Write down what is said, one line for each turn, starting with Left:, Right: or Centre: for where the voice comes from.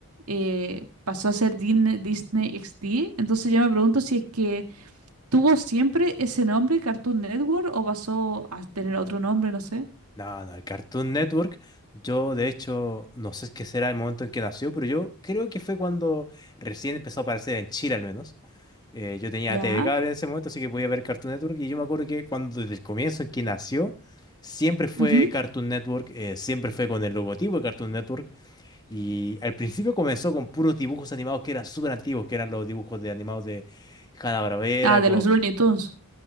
Right: eh, pasó a ser Din- Disney XD. Entonces yo me pregunto si es que ¿Tuvo siempre ese nombre, Cartoon Network, o pasó a tener otro nombre, no sé?
Left: No, no, el Cartoon Network, yo de hecho no sé qué será el momento en que nació, pero yo creo que fue cuando recién empezó a aparecer en Chile al menos. Eh, yo tenía
Right: Ya.
Left: TV Cable en ese momento, así que podía ver Cartoon Network y yo me acuerdo que cuando desde el comienzo en que nació, siempre fue
Right: ujú.
Left: Cartoon Network, eh, siempre fue con el logotipo de Cartoon Network y al principio comenzó con puros dibujos animados que eran súper antiguos, que eran los dibujos de animados de Hanna-Barbera,
Right: Ah, de los Looney Tunes.